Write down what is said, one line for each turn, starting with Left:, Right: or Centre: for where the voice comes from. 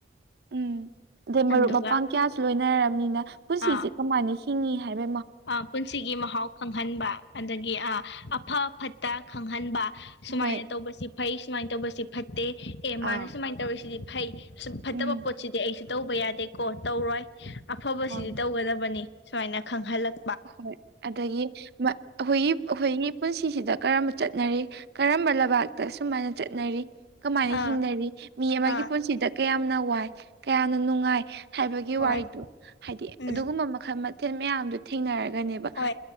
Right: ꯎꯝ ꯑꯗꯩ ꯃꯔꯨꯞ
Left: ꯑꯗꯨꯒ
Right: ꯃꯄꯥꯡ ꯀꯌꯥꯁꯨ ꯂꯣꯏꯅꯔꯕꯅꯤꯅ ꯄꯨꯟꯁꯤꯁꯦ
Left: ꯑꯥ
Right: ꯀꯃꯥꯏꯅ ꯍꯤꯡꯉꯤ ꯍꯥꯏꯕ
Left: ꯑꯥ ꯄꯨꯟꯁꯤꯒꯤ ꯃꯍꯥꯎ ꯈꯪꯍꯟꯕ ꯑꯗꯒꯤ ꯑꯥ ꯑꯐ ꯐꯠꯇ ꯈꯪꯍꯟꯕ ꯁꯨꯃꯥꯏꯅ
Right: ꯍꯣꯏ
Left: ꯇꯧꯕꯁꯤ ꯐꯩ ꯁꯨꯃꯥꯏꯅ ꯇꯧꯕꯁꯤ ꯐꯠꯇꯦ ꯑꯦ
Right: ꯑꯥ
Left: ꯃꯥꯅ ꯁꯨꯃꯥꯏꯅ ꯇꯧꯔꯤꯁꯤꯗꯤ ꯐꯩ ꯁꯨꯝ ꯐꯠꯇꯕ
Right: ꯎꯝ
Left: ꯄꯣꯠꯁꯤꯗꯤ ꯑꯩꯁꯨ ꯇꯧꯕ ꯌꯥꯗꯦꯀꯣ ꯇꯧꯔꯣꯏ ꯑꯐꯕꯁꯤꯗꯤ
Right: ꯑ
Left: ꯇꯧꯒꯗꯕꯅꯤ ꯁꯨꯃꯥꯏꯅ ꯈꯪꯍꯜꯂꯛ
Right: ꯍꯣꯏ ꯑꯗꯒꯤ ꯑꯈꯣꯏꯒꯤ ꯑꯈꯣꯏꯒꯤ ꯄꯨꯟꯁꯤꯁꯤꯗ ꯀꯔꯝꯕ ꯆꯠꯅꯔꯤ ꯀꯔꯝꯕ ꯂꯩꯕꯥꯛꯇ ꯁꯨꯃꯥꯏꯅ ꯆꯠꯅꯔꯤ ꯀꯃꯥꯏꯅ
Left: ꯑꯥ
Right: ꯍꯤꯡꯅꯔꯤ ꯃꯤ ꯑꯃꯒꯤ
Left: ꯑꯥ
Right: ꯄꯨꯟꯁꯤꯗ ꯀꯌꯥꯝꯅ ꯋꯥꯏ ꯀꯌꯥꯝꯅ ꯅꯨꯡꯉꯥꯏ ꯍꯥꯏꯕꯒꯤ ꯋꯥꯔꯤꯗꯣ
Left: ꯍꯣꯏ
Right: ꯍꯥꯏꯗꯤ
Left: ꯎꯝ
Right: ꯑꯗꯨꯒꯨꯝꯕ ꯃꯈꯜ ꯃꯊꯦꯜ ꯃꯌꯥꯝꯗꯣ ꯊꯦꯡꯅꯔꯒꯦ ꯅꯦꯕ
Left: ꯍꯣꯏ